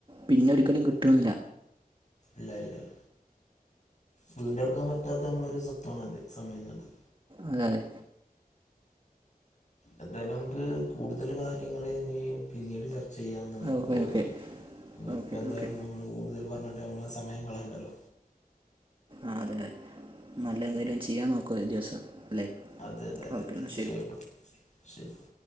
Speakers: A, on the right; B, on the left.
A: പിന്നെ ഒരിക്കലും കിട്ട്ണ്ല്ല
B: ഇല്ല ഇല്ലത് വീണ്ടെടുക്കാൻ പറ്റാത്ത നമ്മളൊരു സ്വത്താണല്ലോ സമയെന്നുള്ളത്
A: അതെ അതെ
B: എന്തായാലും നമുക്ക് കൂടുതല് കാര്യങ്ങൾ ഇനി പിന്നീട് ചർ ചെയ്യാമ്ന്നാണ് എനിക്ക്
A: ഓക്കെ
B: തോന്നണത്
A: ഓക്കെ
B: ഇപ്പോ
A: ഓക്കെ
B: എന്തായാലും
A: ഓക്കെ
B: നമ്മള് കൂടുതല് പറഞ്ഞിട്ട് നമ്മള സമയം കളയണ്ടല്ലോ
A: ആഹ് അതെ നല്ല
B: അതെ
A: എന്തേലും ചെയ്യാൻ നോക്കുവാ ഒരു ദിവസം അല്ലേ
B: അതെ അതെ അതെ
A: ഓക്കെ
B: തീർച്ചയായിട്ടും
A: എന്നാൽ ശരി
B: ശെരിക്കും